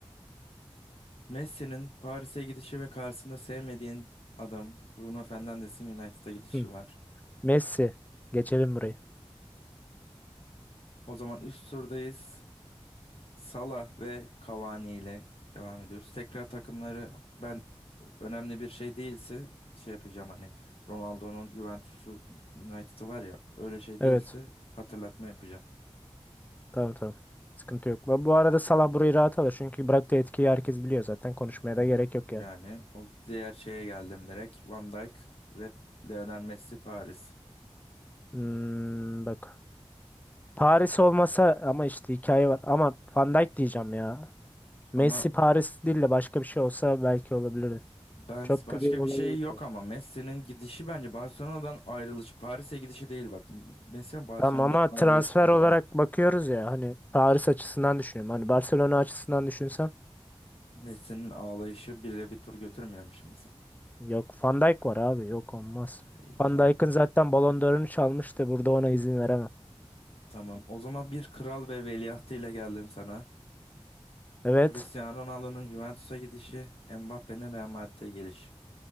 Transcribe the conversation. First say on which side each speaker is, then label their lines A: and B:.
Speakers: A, on the left; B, on the left.
A: Messi'nin Paris'e gidişi ve karşısında sevmediğin adam Bruno Fernandes'in United'a gidişi
B: Hı.
A: var.
B: Messi. Geçelim burayı.
A: O zaman üst turdayız. Salah ve Cavani ile devam ediyoruz. Tekrar takımları ben önemli bir şey değilse şey yapacağım hani Ronaldo'nun Juventus'u United'ı var ya öyle şey
B: Evet.
A: değilse hatırlatma yapacağım.
B: Tamam tamam. Sıkıntı yok. Bu bu arada Salah burayı rahat alır. Çünkü bıraktığı etkiyi herkes biliyor zaten. Konuşmaya
A: Ya,
B: da gerek yok
A: yani
B: yani.
A: o diğer şeye geldim direkt Van Dijk ve Lionel Messi Paris.
B: Hmm, bak. Paris olmasa ama işte hikaye var. Ama Van Dijk diyeceğim ya.
A: Ama
B: Messi Paris değil de başka bir şey olsa belki olabilirdi.
A: Ben
B: Çok
A: başka
B: da bir olay
A: bir şey
B: yok
A: yok
B: ya.
A: ama Messi'nin gidişi bence Barcelona'dan ayrılış, Paris'e gidişi değil bak. Messi'nin Barcelona'dan
B: Tamam ama
A: ayrılışı
B: transfer
A: bir
B: olarak
A: olay.
B: bakıyoruz ya hani Paris açısından düşünüyorum. Hani
A: A-
B: Barcelona açısından düşünsem
A: Messi'nin ağlayışı bile bir tur götürmüyor şimdi seni?
B: Yok Van Dijk var abi. Yok olmaz.
A: E, İyi tamam.
B: Van Dijk'ın zaten Ballon d'Or'unu çalmıştı. Burada ona izin veremem.
A: Tamam. O zaman bir kral ve veliahtı ile geldim sana.
B: Evet.
A: Cristiano Ronaldo'nun Juventus'a gidişi, Mbappé'nin Real Madrid'e gelişi.